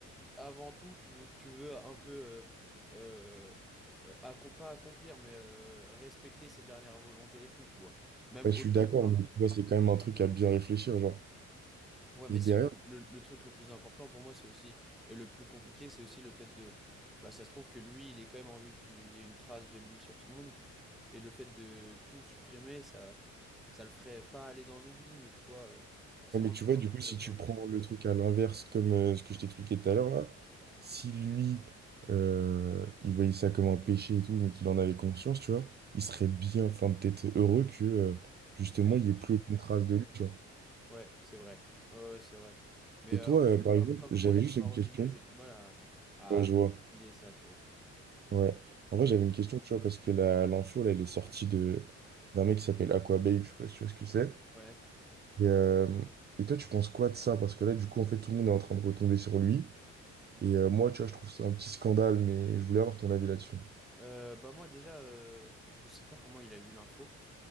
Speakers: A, in the centre; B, on the right.
A: avant tout, tu, vou- tu veux un peu, euh, euh, euh, accom- pas accomplir, mais euh, respecter ses dernières volontés et tout, tu vois. Même
B: ouais, je
A: au-delà
B: suis d'accord,
A: de l'argent.
B: mais tu vois, c'est quand même un truc à bien réfléchir, genre.
A: Ouais, mais
B: Et derrière,
A: si- le, le truc le plus important pour moi, c'est aussi, et le plus compliqué, c'est aussi le fait de, bah, ça se trouve que lui, il est quand même envie qu'il y ait une trace de lui sur ce monde, et le fait de tout supprimer, ça, ça le ferait pas aller dans l'oubli, mais tu vois, euh, forcément,
B: Ouais, mais tu
A: les
B: vois,
A: gens
B: du
A: le
B: coup,
A: diraient
B: si
A: plus
B: tu
A: rapidement
B: prends le truc à l'inverse, comme euh, ce que je t'expliquais tout à l'heure, là, si lui, euh, il voyait ça comme un péché et tout, mais qu'il en avait conscience, tu vois, il serait bien, enfin, peut-être heureux que, euh, justement,
A: que
B: il n'y ait
A: supprimer.
B: plus aucune trace de lui, tu vois.
A: Ouais, c'est vrai. Ouais, ouais, c'est vrai. Mais
B: Et
A: euh,
B: toi,
A: en
B: euh,
A: fait,
B: par exemple,
A: comme, comme
B: j'avais
A: moi, je
B: juste
A: suis pas
B: une
A: religieux,
B: question.
A: j'ai du mal à, à
B: Ouais, je vois.
A: assimiler ça, tu vois.
B: Ouais. En vrai,
A: Mm.
B: j'avais une question, tu vois, parce que la- l'info, là, elle est sortie de d'un mec qui s'appelle Aquababe, je sais pas si tu vois ce que c'est.
A: Ouais.
B: Et, euh, et toi, tu penses quoi de ça? Parce que là, du coup, en fait, tout le monde est en train de retomber sur lui. Et euh, moi, tu vois, je trouve ça un petit scandale, mais je voulais avoir ton avis là-dessus.
A: Euh, bah moi, déjà, euh, je sais pas comment il a eu l'info.